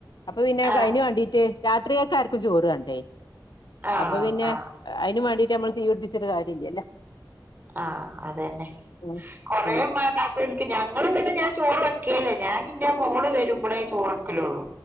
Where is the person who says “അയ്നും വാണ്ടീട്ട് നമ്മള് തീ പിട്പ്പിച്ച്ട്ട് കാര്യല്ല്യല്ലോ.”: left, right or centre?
Left